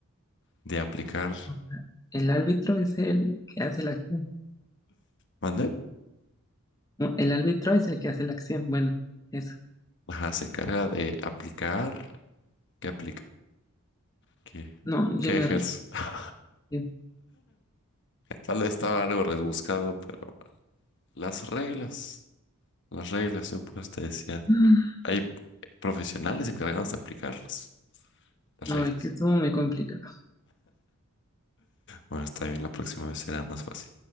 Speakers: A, on the left; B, on the left.
A: De aplicar.
B: O sea, el árbitro es el que hace la acción.
A: ¿Mande?
B: No, el árbitro es el que hace la acción. Bueno, eso.
A: Ajá, se encarga de aplicar. ¿Qué aplica? ¿Qué,
B: No, yo
A: qué
B: me
A: ejerce?
B: rindo.
A: <laughs>
B: Sí.
A: Tal vez estaba algo rebuscado, pero las reglas, las reglas, yo pues te decía.
B: <gasps>
A: Hay profesionales encargados de aplicarlos, las
B: No,
A: reglas.
B: es que estuvo muy complicado.
A: Bueno, está bien, la próxima vez será más fácil.